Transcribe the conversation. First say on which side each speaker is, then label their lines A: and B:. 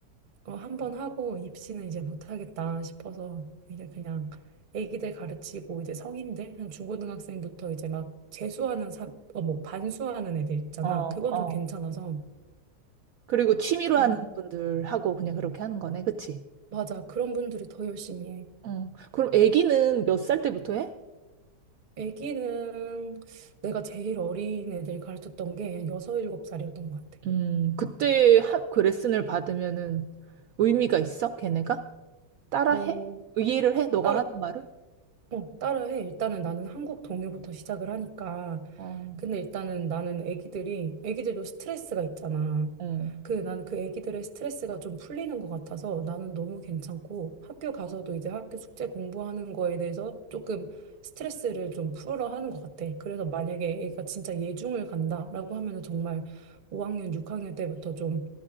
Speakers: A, on the right; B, on the right.
A: 어, 한 번 하고 입시는 이제 못 하겠다 싶어서 이제 그냥 애기들 가르치고 이제 성인들 한 중고등학생부터 이제 막 재수하는 사, 어, 뭐 반수하는 애들 있잖아.
B: 어,
A: 그건
B: 어.
A: 좀 괜찮아서
B: 그리고 취미로
A: 그런
B: 하는 분들하고 그냥 그렇게 하는 거네, 그치?
A: 맞아. 그런 분들이 더 열심히 해.
B: 응. 그럼 애기는 몇 살 때부터 해?
A: 아기는 내가 제일 어린 애들 가르쳤던 게 여섯, 일곱 살이었던 것 같아.
B: 음, 그때 하, 그 레슨을 받으면은 의미가 있어, 걔네가? 따라해?
A: 어,
B: 이해를 해? 너가
A: 딸,
B: 하는 말을?
A: 어, 따라 해. 일단은 나는 한국 동요부터 시작을 하니까.
B: 어,
A: 근데 일단은 나는 애기들이, 애기들도 스트레스가 있잖아.
B: 어,
A: 그, 나는 그 애기들의 스트레스가 좀 풀리는 것 같아서 나는 너무 괜찮고 학교 가서도 이제 학교 숙제 공부하는 거에 대해서 조금 스트레스를 좀 풀어 하는 것 같아. 그래서 만약에 애가 진짜 예중을 간다라고 하면은 정말 5학년, 6학년 때부터 좀